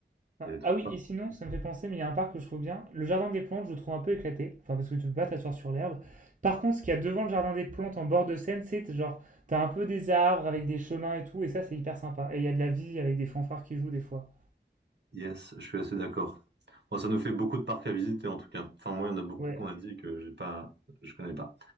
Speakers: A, on the right; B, on the right.
A: Ah,
B: Il y a des trucs
A: ah oui, et sinon, ça me fait penser, mais il y a un parc que je trouve bien. Le jardin des plantes, je le trouve un peu éclaté. Enfin, parce que tu peux pas t'asseoir sur l'herbe. Par contre, ce qu'il y a devant le jardin des plantes, en bord de Seine, c'est genre, t'as un peu des arbres avec des chemins et tout, et ça, c'est hyper sympa. Et il y a de la vie avec des fanfares qui jouent des fois.
B: Yes, je suis assez d'accord. Bon, ça nous fait beaucoup de parcs à visiter en tout cas. Enfin, moi, il y en a beaucoup
A: Ouais,
B: qu'on a dit que j'ai pas, je connais pas.